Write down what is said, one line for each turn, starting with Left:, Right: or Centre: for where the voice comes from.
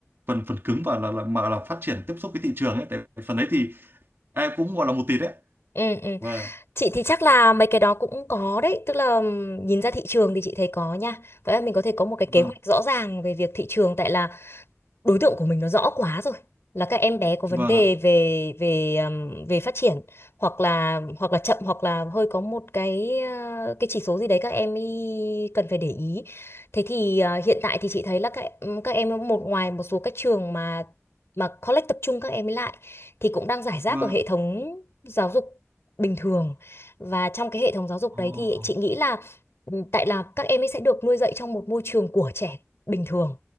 Right: phần phần cứng và là, là mà là phát triển tiếp xúc với thị trường ấy tại vì phần đấy thì em cũng gọi là một tí đấy
Left: Ừ. Ừ.
Right: vâng
Left: Chị thì chắc là mấy cái đó cũng có đấy, tức là ừm, nhìn ra thị trường thì chị thấy có nha. Vậy là mình có thể có một cái kế
Right: vâng
Left: hoạch rõ ràng về việc thị trường tại là đối tượng của mình nó rõ quá rồi là các em bé có vấn
Right: vâng
Left: đề
Right: ạ
Left: về về ừm, về phát triển hoặc là hoặc là chậm hoặc là hơi có một cái ờ, cái chỉ số gì đấy các em ý cần phải để ý thế thì ờ, hiện tại thì chị thấy là các các em một ngoài một số các trường mà mà college tập trung các em ấy lại thì cũng đang rải rác
Right: vâng
Left: ở hệ
Right: ạ
Left: thống giáo dục bình thường và trong cái hệ thống giáo dục đấy
Right: Ồ,
Left: thì chị nghĩ là ừ, tại là các em ấy sẽ được nuôi dạy trong một môi trường của trẻ bình thường